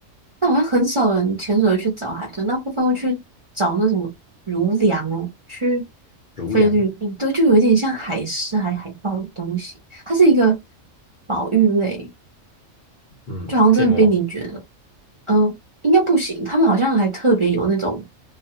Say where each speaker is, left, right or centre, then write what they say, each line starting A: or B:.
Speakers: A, on the right (about 30°); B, on the left (about 45°).
A: 但好像很少人潜水去找海豚，大部分会去找那什么儒梁哦，去
B: 如梁。
A: 菲律宾，对，就有一点像海狮还海豹的东西，它是一个保育类。
B: 嗯，
A: 就好像真的被你觉得，
B: 可以摸吗？
A: 呃，应该不行。他们好像还特别有那种，